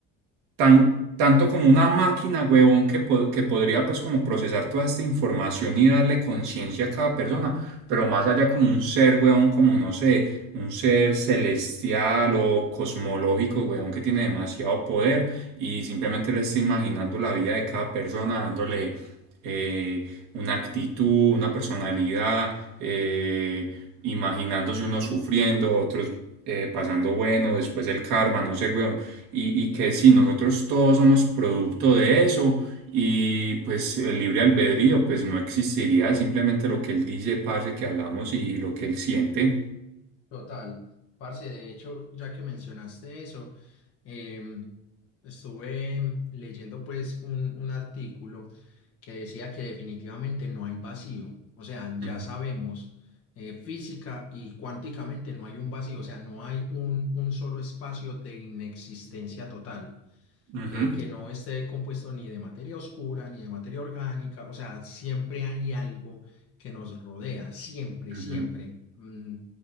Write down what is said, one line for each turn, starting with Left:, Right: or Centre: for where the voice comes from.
Right: tan, tanto como una máquina, huevón, que, po- que podría pues como procesar toda esta información y darle conciencia a cada persona, pero más allá como un ser, huevón, como no sé, un ser celestial o cosmológico, huevón, que tiene demasiado poder y simplemente le está imaginando la vida de cada persona, dándole eh, una actitud, una personalidad, eh, imaginándose unos sufriendo, otros... eh, pasando bueno, después el karma, no sé, huevón y, y que si nosotros todos somos producto de eso y pues el libre albedrío pues no existiría, simplemente lo que él dice, parce, que hagamos y lo que él siente.
Left: Total, parce, de hecho, ya que mencionaste eso, em, estuve leyendo pues un, un artículo que decía que definitivamente no hay vacío, o sea, ya
Right: Ujú.
Left: sabemos eh, física y cuánticamente no hay un vacío, o sea, no hay un, un solo espacio de inexistencia total
Right: Ujú,
Left: que, que no esté compuesto ni de materia oscura, ni de materia orgánica, o sea, siempre hay algo que nos rodea, siempre,
Right: ujú,
Left: siempre, mm,